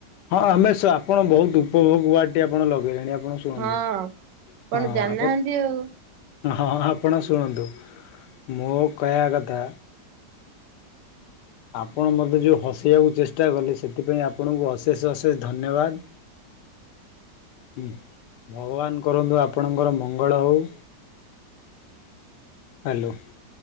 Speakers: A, on the left (about 75°); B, on the right (about 80°).
A: ହଁ ଆମେ ଆପଣ ବହୁତ ଉପଭୋଗ ୱାର୍ଡଟି ଆପଣ ଲଗେଇଲେଣି ଆପଣ ଶୁଣନ୍ତୁ
B: ହଁ କଣ
A: ହଁ
B: ଜାଣିନାହାନ୍ତି
A: ଆପଣ
B: ଆଉ।
A: ହଁ ଆପଣ ଶୁଣନ୍ତୁ ମୋ କହିବା କଥା ଆପଣ ମୋତେ ଯେଉଁ ହସେଇବାକୁ ଚେଷ୍ଟା କଲେ ସେଥିପାଇଁ ଆପଣଙ୍କୁ ଅଶେଷ ଅଶେଷ ଧନ୍ୟବାଦ।
B: ହଁ
A: ହୁଁ ଭଗବାନ କରନ୍ତୁ ଆପଣଙ୍କର ମଙ୍ଗଳ ହଉ। ହ୍ୟାଲୋ।